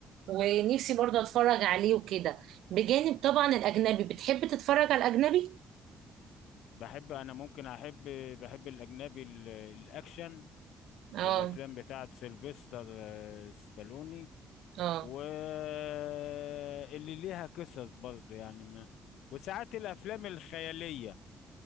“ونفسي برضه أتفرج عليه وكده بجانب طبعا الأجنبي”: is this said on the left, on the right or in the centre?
Right